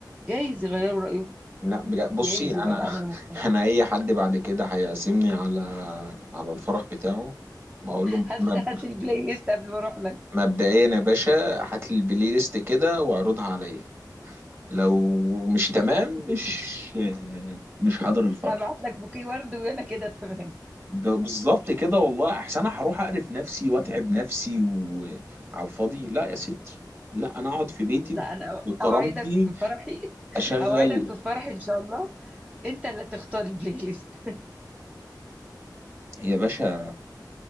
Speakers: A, on the right; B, on the right.
A: جايز يغيروا رأيهم
B: لا بجد بصي
A: جايز
B: انا
A: يبقى الأمر مختلف
B: <laughs> انا اي حد بعد كده هيعزمني على على الفرح بتاعه بقول له
A: هات
B: مب-
A: هات لي البلاي ليست قبل ما أروح لك
B: مبدئيا يا باشا هات لي البلاي ليست كده واعرضها عليا لو مش تمام مش مش حاضر الفرح
A: هبعت لك بوكيه ورد وأنا كده تمام
B: ده بالظبط كده والله احسن انا هروح اقرف نفسي واتعب نفسي وعلى الفاضي لا يا ستي لا انا اقعد في بيتي
A: لا أنا أو-
B: بكرامتي
A: أوعدك في فرحي <laughs>
B: اشغل
A: أوعدك في فرحي إن شاء الله أنت اللي تختار البلاي ليست
B: يا باشا